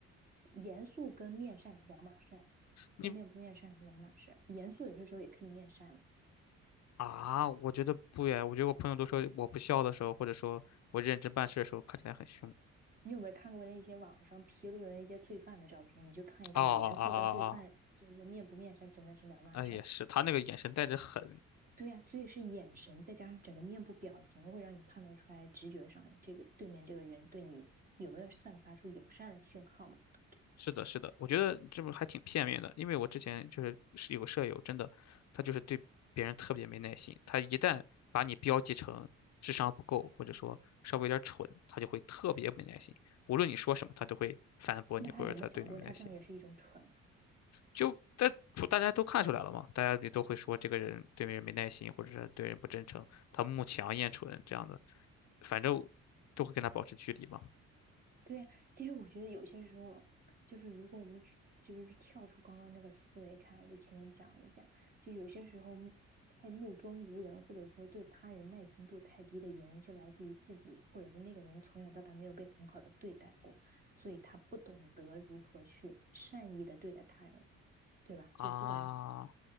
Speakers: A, on the right; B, on the left.
A: 严肃跟面善是两码事儿，跟面不面善是两码事儿。
B: 你
A: 严肃有些时候也可以面善。
B: 啊，我觉得不呀。我觉得我朋友都说我不笑的时候，或者说我认真办事的时候，看起来很凶。
A: 你有没有看过那些网上披露的那些罪犯的照片？你就看一看吧。
B: 哦哦哦哦哦，
A: 严肃跟罪犯就是说面不面善真的是两码事儿。
B: 哎，也是，他那个眼神带着狠。
A: 对呀，所以是眼神再加上整个面部表情，会让你判断出来，直觉上这个对面这个人对你有没有散发出友善的讯号嘛，对不对？
B: 是的，是的，我觉得这不还挺片面的，因为我之前就是是有个舍友，真的，他就是对别人特别没耐心，他一旦把你标记成智商不够，或者说稍微有点蠢，他就会特别没耐心，无论你说什么，他都会反驳你，
A: 那他有没有想过，
B: 或者他对你没耐心。
A: 他这样也是一种蠢
B: 就在大家都看出来了嘛，大家也都会说这个人对别人没耐心，或者是对人不真诚，他慕强厌蠢这样的，反正都会跟他保持距离嘛。
A: 对呀，其实我觉得有些时候，就是如果我们只实是跳出刚刚那个思维看，就前面讲一下，就有些时候目太目中无人，或者说对他人耐心度太低的原因，就来自于自己或者是那个人从小到大没有被很好的对待过，所以他不懂得如何去善意的对待他人，对吧？
B: 啊，
A: 就不管，